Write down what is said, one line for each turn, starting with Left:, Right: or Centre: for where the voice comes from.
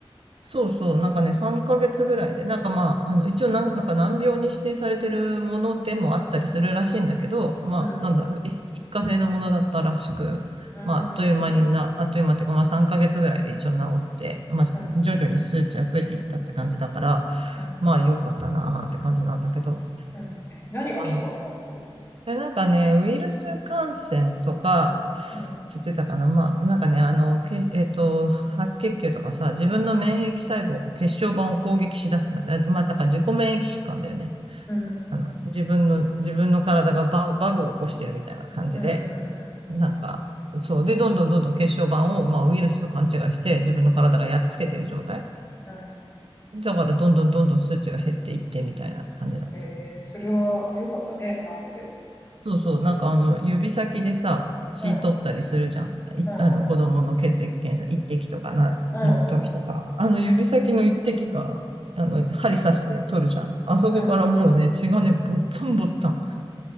Right: そうそう、なんかね、3ヶ月ぐらいで、なんかまあ、あの、一応なん、なんか難病に指定されてるものでもあったりするらしいんだけど、まあ、
Left: うん、
Right: なんだろう、い一過性のものだったらしく、
Left: うん、うん、
Right: まあ、あっという間にな、あっという間っていうか、まあ3ヶ月ぐらいで一応治って、まあ、
Left: うん、
Right: 徐々に数値は増えていったって感じだから、
Left: うん、
Right: まあ、
Left: うん。
Right: 良かったなーって感じなんだけど、
Left: うん。え、何がきっかけなのそれって。
Right: あの、で、なんかね、ウイルス感染とか、
Left: うん。
Right: って言ってたかな。まあ、なんかね、あの、け、えっと、白血球とかさ、自分の免疫細胞が血小板を攻撃し出すんだって。あまあ、だから自己免疫疾患だよね。
Left: うん。
Right: あの、自分の、自分の体がバグ、バグを起こしてるみたいな感じで、
Left: うんうんうんうん
Right: なんか、そう。で、どんどんどんどん血小板を、まあ、ウイルスと勘違いして、自分の体がやっつけてる状態。
Left: うん。
Right: だから、どんどんどんどん数値が減っていって、みたいな感じだった。
Left: えー、それは良かったね、治って。
Right: そうそう、なんかあの、指先でさ、血取ったりするじゃん。
Left: うん。
Right: いあの、
Left: うんうん。
Right: 子供の血液検査、一滴とかな、
Left: うんうん。
Right: の時とか、あの指先の一滴が、あの、針刺して取るじゃん。あそこからもうね、
Left: うん
Right: 血がね、ぼったんぼったん。